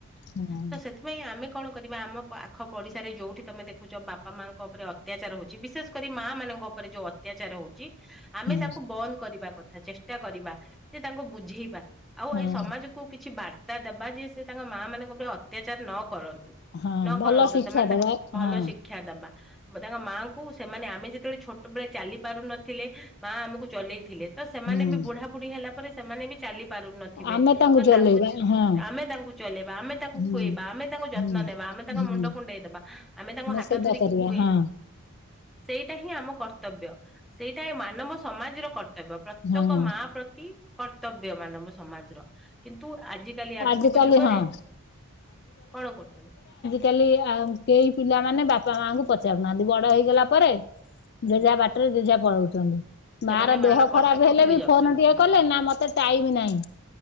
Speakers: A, on the left; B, in the centre.
A: ହଁ
B: ତ ସେଥିପାଇଁ ଆମେ କଣ କରିବା ଆମ ପାଖ ପଡିଶାରେ ଯୋଉଠି ତମେ ଦେଖୁଛ ବାପା ମାଙ୍କ ଉପରେ ଅତ୍ୟାଚାର ହୋଉଚି ବିଶେଷ କରି ମା ମାନଙ୍କ ଉପରେ ଯୋଉ ଅ ତ୍ୟାଚାର ହୋଉଚି ଆମେ
A: ହୁଁ
B: ତାକୁ ବନ୍ଦ କରିବା କଥା ଚେଷ୍ଟା କରିବା ଯେ ତାଙ୍କୁ ବୁଝେଇବା ଆଉ
A: ହଁ
B: ଏଇ ସମାଜକୁ କିଛି ବାର୍ତ୍ତା ଦେବା ଯେ ସେ ତାଙ୍କ ମାଆ ମାନଙ୍କ ଉପରେ ଅତ୍ୟାଚାର ନ କରନ୍ତୁ।
A: ହଁ
B: ନ
A: ଭଲ
B: କରନ୍ତୁ
A: ଶିକ୍ଷା
B: ସେମାନେ ତାଙ୍କୁ
A: ଦବା
B: ଭଲ
A: ହଁ
B: ଶିକ୍ଷା ଦେବା। ତାଙ୍କ ମାଆଙ୍କୁ ସେମାନେ ଆମେ ଯେତେବେଳେ ଛୋଟବେେଳେ ଚାଲି ପାରୁନଥିଲେ ମା ଆମକୁ ଚଲେଇଥିଲେ। ତ ସେମାନେ
A: ହୁଁ
B: ବି ବୁଢ଼ା ବୁଢୀ ହେଲା ପରେ ସେମାନେ ବି ଚାଲି ପାରୁ ନଥିବେ
A: ଆମେ
B: ତ
A: ଚଲେଇବା
B: ତାଙ୍କୁ
A: ହଁ
B: ଆମେ ତାଙ୍କୁ ଚଲେଇବା ଆମେ ତାଙ୍କୁ
A: ହୁଁ
B: ଖୁଆଇବା ଆମେ ତାଙ୍କୁ ଯତ୍ନ
A: ହୁଁ
B: ତ୍ନ ନେବା ଆମେ ତାଙ୍କ
A: ହୁଁ
B: ମୁଣ୍ଡ କୁଣ୍ଡେଇଦବା ଆମେ ତାଙ୍କୁ ହାତ
A: ସେବା
B: ଧରିକି
A: କରିବା
B: ଖୁଏ
A: ହଁ
B: ସେଇଟା ହିଁ ଆମ କର୍ତ୍ତବ୍ୟ ସେଇଟା ଏ ମାନବ ସମାଜର କ ର୍ତ୍ତବ୍ୟ ପ୍ରତ୍ୟେକ
A: ହଁ
B: ମା ପ୍ରତି କର୍ତ୍ତବ୍ୟ ମାନବ ସମାଜର। କିନ୍ତୁ ଆଜିକାଲି ଆଧୁନିକ
A: ଆଜିକାଲି
B: ଯୁଗରେ
A: ହଁ
B: କଣ କ
A: କାଲି ହ କେହି ପିଲାମାନୋନେ ବାପା ମାଙ୍କୁ ପଚାରୁନାହାନ୍ତି ବଡ ହେଇଗଲା ପରେ
B: ହୁଁ
A: ଜେଝା ବାଟ ଟରେ ଜେଝା ପଳଉଛନ୍ତି।
B: ସେମାନେ
A: ମା ର ଦେହ
B: କର୍ତ୍ତବ୍ୟ
A: ଖରାପ ହେଲେ
B: ଭୁଲି
A: ବି
B: ଯାଉଛନ୍ତି
A: ଫୋନ ଟିକେ
B: ହଁ
A: କଲେ ନା ମତେ ଟାଇମ୍ ନାହିଁ।